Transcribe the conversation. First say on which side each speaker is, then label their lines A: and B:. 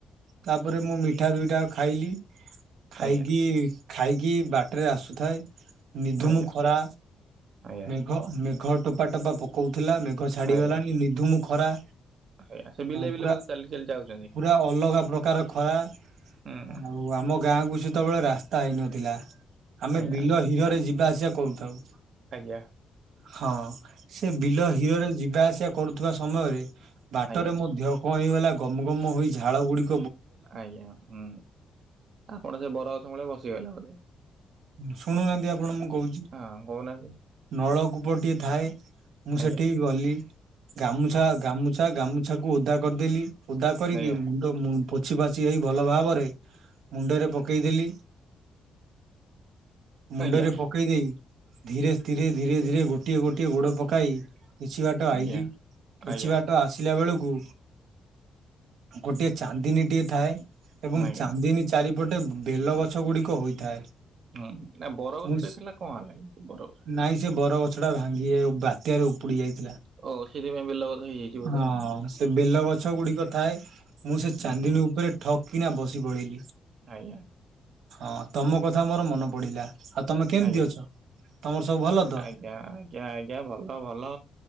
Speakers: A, on the right; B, on the right.
A: ତାପରେ ମୁଁ ମିଠା ଦୁଇଠା ଖାଇଲି ଖାଇକି
B: ଆଜ୍ଞା
A: ଖାଇକି ବାଟରେ ଆସୁଥାଏ ନିଧୁମ୍
B: ଆଜ୍ଞା
A: ଖରା
B: ଆଜ୍ଞା।
A: ମେଘ -ମେଘ ଟୋପା ଟୋପା ପକଉଥିଲା ମେଘ ଛାଡିଗଲାଣି
B: ଆଜ୍ଞା
A: ନିଧୂମ୍ ଖରା
B: ଆଜ୍ଞା ସେ ଵିଲେ
A: ପୁରା
B: ବିଲେ ବୋଧେ ଚାଲି ଚାଲି ଯାଉ
A: ପୁରା ଅଲଗା ପ୍ରକାର ଖରା
B: ଆଜ୍ଞା।
A: ଆଉ ଆମ ଗାଁ ଗାଁକୁ ସେତେବେଳେ ରାସ୍ତା ହେଇନଥିଲା ଆମେ ବିଲ
B: ହୁଁ
A: ହିରରେ ଯିବା ଆସିବା କରୁଥାଉ
B: ଆଜ୍ଞା।
A: ହଁ ସେ ବିଲ ହିରରେ ଯିବା ଆସିବା କରୁଥିବା ସମୟରେ ବାଟରେ
B: ଆଜ୍ଞା
A: ମୋ ଦେହ କଣ ହେଇଗଲା ଗମ୍ ଗମ୍ ହୋଇ ଝାଳ ଗୁଡ଼ିକ
B: ଆଜ୍ଞା ହୁଁ ଆପଣ ସେ ବରଗଛ ମୂଳେ ବସିଗଲେ ବୋଧେ?
A: ଶୁଣୁନାହାନ୍ତି ଆପଣ ମୁଁ କହୁଛି
B: ହଁ କହୁନାହାନ୍ତି
A: ନଳକୂପ ଟିଏ ଥାଏ। ମୁଁ ସେଠିକ
B: ଆଜ୍ଞା
A: ଗଲି ଗାମୁଛା ଗାମୁଛା ଗାମୁଛାକୁ ଓଦା କରିଦେଲି ଓଦା କରିକି
B: ଆଜ୍ଞା
A: ମୁଣ୍ଡ ମୁ ପୋଛି ପାଛି ହେଇ ଭଲ ଭାବରେ ମୁଣ୍ଡରେ ପକେଇଦେଲି ମୁଣ୍ଡରେ
B: ଆଜ୍ଞା
A: ପକେଇ ଦେଇ ଧୀରେ ତ୍ସୀରେ ଧୀରେ ଧୀରେ ଗୋଟିଏ ଗୋଟିଏ ଗୋଡ଼ ପକାଇ କିଛି ବାଟ ଆଇଲି
B: ଆଜ୍ଞା
A: କିଛି
B: ଆଜ୍ଞା
A: ବାଟ ଆସିଲା ବେଳକୁ ଗୋଟିଏ ଚାନ୍ଦିନୀ ଟିଏ ଥାଏ ଏବଂ
B: ଆଜ୍ଞା
A: ଚାନ୍ଦିନୀ ଚାରି ଗୋଟେ ବେଲ ଗଛ ଗୁଡ଼ିକ ହୋଇଥାଏ।
B: ହୁଁ ନା ବରଗଛ
A: ମୁଁ
B: ଟେ ଥିଲା କଣ ହେଲା ବରଗଛ
A: ନାଇଁ ସେ ବର ଗଛ ଟା ଭାଙ୍ଗି <unintelligible> ବାତ୍ୟାରେ ଉପୁଡି ଯାଇଥିଲା।
B: ଓ ସେଥିପାଇଁ ବେଲ ଗଛ ହେଇଯାଇଛି ବୋଧେ
A: ହଁ
B: ଆଉ ହୁଁ
A: ସେ ବେଲ ଗଛ ଗୁଡିକ ଥାଏ ମୁଁ ସେ
B: ହୁଁ
A: ଚାନ୍ଦିନୀ
B: ହୁଁ ହୁଁ
A: ଉପରେ ଠକ୍ କିନା ବସି ପଡିଲିି।
B: ଆଜ୍ଞା।
A: ହଁ ତମ କଥା ମୋର ମନ ପଡିଲା ଆଉ ତମେ କେମିତି
B: ଆଜ୍ଞା
A: ଅଛ ତମର ସବୁ ଭଲ ତ?
B: ଆଜ୍ଞା ଆଜ୍ଞା ଆଜ୍ଞା ଭଲ ଭଲ